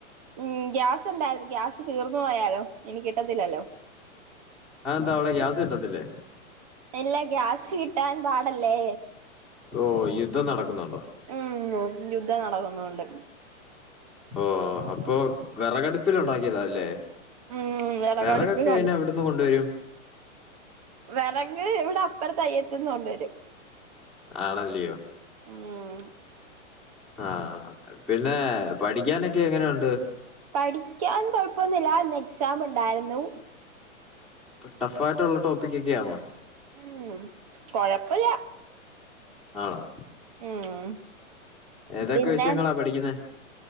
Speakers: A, on the right; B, in the centre.
A: ഉം ഗ്യാസ് ഉണ്ടായിരുന്നു ഗ്യാസ് തീർന്ന് പോയാലോ ഇനി കിട്ടത്തില്ലല്ലോ
B: അതെന്താ അവിടെ ഗ്യാസ് കിട്ടത്തില്ലേ
A: എല്ലാ ഗ്യാസ് കി ട്ടാൻ പാടല്ലേ
B: ഓഹ് യുദ്ധം നടക്കുന്നുണ്ടോ
A: ഉം യുദ്ധം നടക്കുന്നകൊണ്ട്.
B: ഓ അപ്പൊ വെറകടുപ്പിൽ ഉണ്ടാക്കിയതാല്ലേ
A: ഉം വിറകടുപ്പിൽ
B: വെറകൊക്കെ അയ്ന് എവിടുന്ന് കൊണ്ടുവരും
A: വെറക് ഇവിടെ അപ്പുറത്ത് അയ്യത്തെന്ന് കൊണ്ട് വരും.
B: ആണല്ലിയോ
A: ഉം
B: ആ പിന്നെ പഠിക്കാനൊക്കെ എങ്ങനെയുണ്ട്
A: പഠിക്കാൻ കൊഴപ്പവൊന്നില്ല ഇന്ന് എക്സാം ഉണ്ടായിരുന്നു.
B: ഇപ്പോ ടഫായിട്ടുള്ള ടോപ്പിക്കൊക്കെയാണോ
A: ഉം കൊഴപ്പവില്ല.
B: ആണോ
A: ഉം
B: ഏതൊക്കെ
A: പിന്നെ
B: വിഷയങ്ങളാ പഠിക്കുന്നേ